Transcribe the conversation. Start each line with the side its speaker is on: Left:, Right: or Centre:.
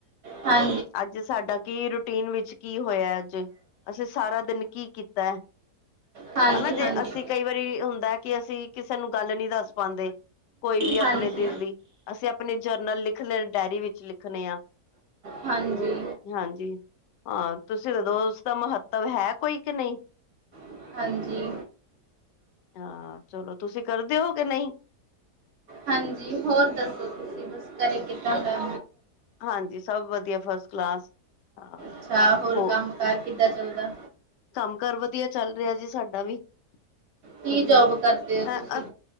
Right: ਹਾਂ
Left: ਅੱਜ ਸਾਡਾ ਕੀ ਰੂਟੀਨ ਵਿੱਚ ਕੀ ਹੋਇਆ ਅੱਜ ਅਸੀਂ ਸਾਰਾ ਦਿਨ ਕੀ ਕੀਤਾ <unintelligible>
Right: ਹਾਂਜੀ
Left: ਹਨਾ
Right: ਹਾਂਜੀ
Left: ਜੇ
Right: ਹਾਂਜੀ
Left: ਅਸੀਂ ਕਈ ਵਾਰੀ ਹੁੰਦਾ ਕਿ ਅਸੀਂ ਕਿਸੇ ਨੂੰ ਗੱਲ ਨਹੀਂੀ ਦੱਸ ਪਾਉਂਦੇ ਕੋਈ ਵੀ ਆਪਣੇ
Right: ਹਾਂਜੀ
Left: ਦਿਲ ਦੀ ਅਸੀਂ ਆਪਣੇ ਜਰਨਲ ਲਿਖ ਲ ਡਾਇਰੀ ਵਿੱਚ ਲਿਖਣੇ ਆ
Right: ਹਾਂਜੀ
Left: ਹਾਂਜੀ ਹਾਂ ਤੁਸੀਂ ਜਦੋਂ ਉਸਦਾ ਮਹੱਤਵ ਹੈ ਕੋਈ ਕਿ ਨਹੀਂ
Right: ਹਾਂਜੀ
Left: ਹਾਂ ਚਲੋ ਤੁਸੀਂ ਕਰਦੇ ਹੋ ਕਿ ਨਹੀਂ
Right: ਹਾਂਜੀ ਹੋਰ ਦੱਸੋ ਤੁਸੀਂ ਬਸ ਕਰਰੇ ਕਿੱਦਾਂ ਕਰ
Left: ਹਾਂਜੀ ਸਭ ਵਧੀਆ ਫਸਟ ਕਲਾਸ ਹਾਂ
Right: ਅੱਛਾ ਹੋਰ
Left: ਹੋ
Right: ਕੰਮ ਕਾਰ ਕਿੱਦਾਂ ਚੱਲਦਾ
Left: ਕੰਮ ਕਾਰ ਵਧੀਆ ਚੱਲ ਰਿਹਾ ਜੀ ਸਾਡਾ ਵੀ
Right: ਕੀ
Left: ਵਧੀਆ
Right: ਜੋਬ ਕਰਦੇ ਹੋ
Left: ਅ
Right: ਤੁਸੀਂ